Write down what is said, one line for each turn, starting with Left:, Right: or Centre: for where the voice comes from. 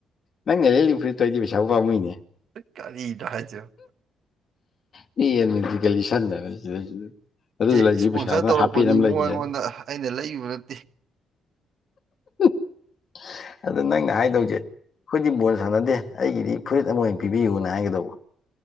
Left: ꯅꯪꯅ ꯂꯤꯠꯂꯤ ꯐꯨꯔꯤꯠꯇꯩ ꯄꯩꯥꯕꯨ ꯄꯥꯃꯣꯏꯅꯦ
Right: ꯀꯔꯤꯅꯣ ꯍꯥꯏꯁꯤꯕꯨ
Left: <unintelligible> ꯂꯤꯠꯁꯟꯗ ꯁꯤꯗꯩꯁꯤꯗ ꯑꯗꯨ
Right: ꯑꯦ
Left: ꯂꯩꯗꯣꯏ
Right: ꯏꯁꯄꯣꯟꯁꯔ
Left: ꯄꯩꯁꯥꯗꯨꯅ
Right: ꯇꯧꯔꯛꯄꯅꯤ
Left: ꯍꯥꯄꯦꯟ ꯑꯃ
Right: ꯏꯕꯨꯡꯉꯣ
Left: ꯂꯩꯒꯦ
Right: ꯑꯩꯉꯣꯟꯗ
Left: ꯍꯥꯏꯅꯤ.
Right: ꯑꯩꯅ ꯂꯩꯔꯨꯕ ꯅꯠꯇꯦ
Left: <unintelligible> ꯑꯗ ꯅꯪꯅ ꯍꯥꯏꯗꯧꯁꯦ ꯑꯩꯈꯣꯏꯗꯤ ꯕꯣꯜ ꯁꯥꯟꯅꯗꯦ ꯑꯩꯒꯤꯗꯤ ꯐꯨꯔꯤꯠ ꯑꯃ ꯑꯣꯏꯅ ꯄꯤꯕꯤꯌꯨꯅ ꯍꯥꯏꯒꯗꯧꯕ